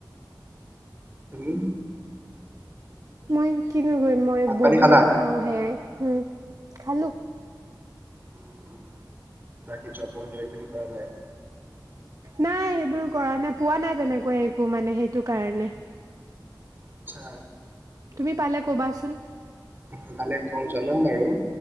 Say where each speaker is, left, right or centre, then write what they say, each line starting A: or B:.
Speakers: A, on the right; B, on the right.
A: তুমি?
B: মই এক কিভিউ কৰিম মই,
A: ভাত
B: বহো
A: পানী খালা?
B: খাওঁ হেয়াই। হম, খালো।
A: উম, উম। বাকী জবৰ কিবা কিবি হেৰি কৰা নাই?
B: নাই, হেইবোৰ কৰা নাই, পোৱা নাই তেনেকুৱা একো মানে হেটো কাৰণে।
A: আচ্ছা।
B: তুমি পালে ক'বাচোন।
A: অ', পালে কম, জনাম বাৰু।